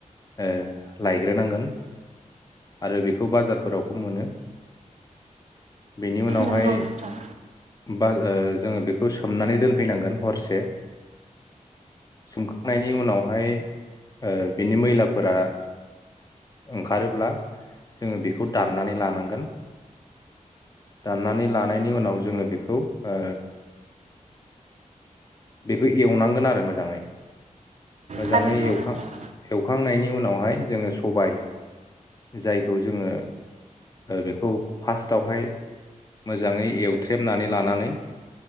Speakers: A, on the left (about 25°); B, on the right (about 55°).
A: ओ लायग्रोनांगोन आरो बेखौ बाजारफोरावबो मोनो बेनि उनावहाय
B: नंगौ नोंथां
A: बा जोङो बेखौ सो सोमनानै दोनफैनांगोन हरसे सोमखांनायनि उनावहाय ओ बिनि मैलाफोरा ओंखारोब्ला जोङो बेखौ दाननानै लानांगोन दाननानै लानायनि उनाव जोङो बेखौ ओ बेखौ एवनांगोन आरो मोजाङै मोजाङै
B: थारैनो
A: एव
B: नोंथां
A: एवखांनायनि उनावहाय जोङो सबाय जायखौ जोङो बेखौ फार्टआवहाय मोजाङै एवथ्रेबनानै लानानै